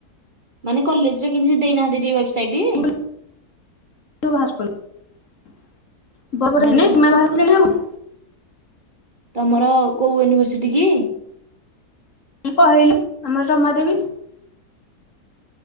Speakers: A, on the right; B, on the left.
A: ମାନେ କଲେଜ୍ ରେ କିଛି ଦେଇନାହାନ୍ତି ଟି ୱେବସାଇଟି?
B: ଟୁ ବାହାର କଲୁ ବ ବଡ଼
A: ମାନେ
B: <unintelligible> ଲେକ୍ନାଇ
A: ତ
B: ବାହାରୁଥୁଲେ କି ଆଗୁରୁ?
A: ତମର କୋଉ ୟୁନିଭର୍ସିଟି କି?
B: କହିଲୁ ଆମର ଜମା ଦେବୀ